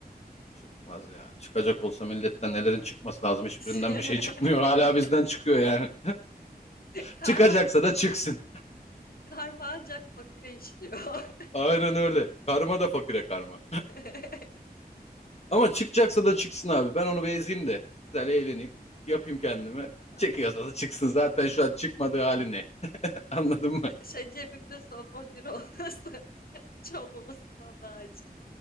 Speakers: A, on the left; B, on the left.
A: Çıkmaz ya. Çıkacak olsa milletten nelerin çıkması lazım. Hiçbirinden
B: <laughs>
A: bir şey çıkmıyor. Hala bizden çıkıyor yani. <laughs>
B: Karma,
A: Çıkacaksa da çıksın.
B: karma ancak fakire işliyor.
A: Aynen öyle. Karma da fakire karma.
B: <laughs>
A: Ama çıkacaksa da çıksın abi. Ben onu bir ezeyim de. Güzel eğleneyim. Yapayım kendime.
B: Ay,
A: Çıkıyorsa da çıksın. Zaten şu an çıkmadığı hali ne? <laughs> Anladın mı?
B: Şey cebimde son 10 lira olması <laughs> hiç olmamasından daha acı.